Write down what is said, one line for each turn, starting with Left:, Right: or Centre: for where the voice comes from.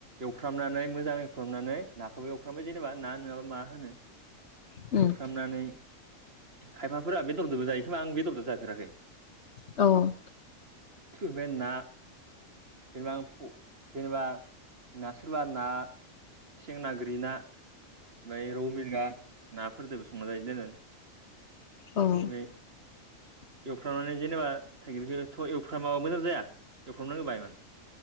Right: एवफ्रामनानै मोजां एवफ्रामनानै नाखौबो एवफ्रामबाय जेनेबा ना नोङाबा मा होनो
Left: उम
Right: एवफ्रामनानै खायफाफोरा बेदरदोबो जायो खोमा आं बेदरदो जाफेराखै।
Left: औ
Right: बेना जेनेबा आं फ जेनेबा ना सोरबा ना सें ना, गोरि ना माय रौ, मिरगा नाफोरदोबो संना जायोदेनो
Left: औ
Right: माय
Left: <inaudible>
Right: एवफ्रामनानै जेनेबा थाइगिरखौथ एवफ्रामाबा मोजां जाया। एवफ्रावनांगौ बायमोन